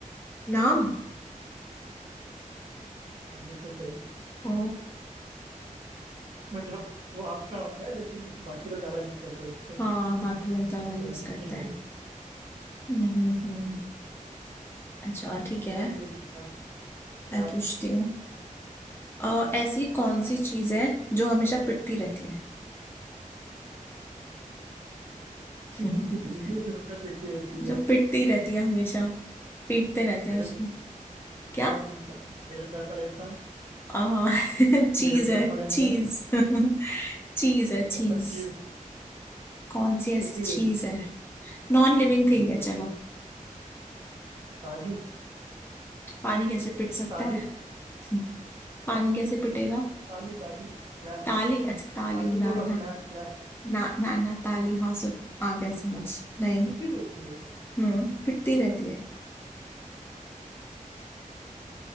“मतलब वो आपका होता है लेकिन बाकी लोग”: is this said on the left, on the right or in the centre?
Right